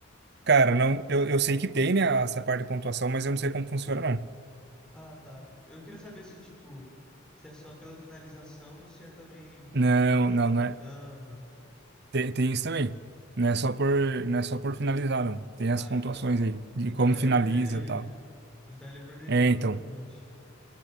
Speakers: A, on the right; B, in the centre.
A: cara, não, eu, eu sei que tem, né, essa parte de pontuação, mas eu não sei como funciona, não.
B: Ah, tá. Eu queria saber se, tipo, se é só pela finalização ou se é também
A: Não,
B: do cara
A: não,
B: tá dominando.
A: não é. Tem, tem isso também. Não é só por, não é só por finalizar, não. Tem as
B: Ah,
A: pontuações
B: então,
A: aí, de
B: então
A: como
B: ali
A: finaliza
B: eu perderia.
A: e tal.
B: Então ali eu perderia,
A: É,
B: provavelmente.
A: então.